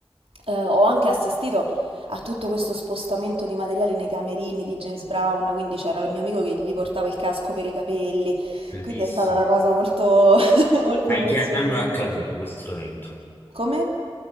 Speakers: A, on the right; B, on the left.
A: eh, ho anche assistito a tutto questo spostamento di materiali nei camerini di James Brown, quindi c'era il mio amico che gli portava il casco per i capelli,
B: Bellissimo.
A: quindi è stata una cosa molto <laughs> Molto
B: Ma
A: emozionante.
B: in che anno è accaduto questo evento?
A: Come?